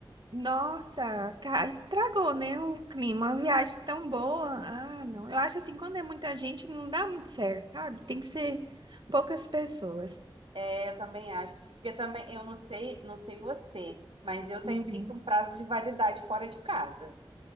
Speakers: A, on the right (about 55°); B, on the right (about 75°).
A: Nossa, ca- estragou, né, o clima. Uma viagem tão boa. Ah, não. Eu acho assim, quando é muita gente, não dá muito certo, sabe? Tem que ser poucas pessoas.
B: É, eu também acho. Porque também, eu não sei, não sei você, mas eu tenho
A: Uhum.
B: meio que um prazo de validade fora de casa.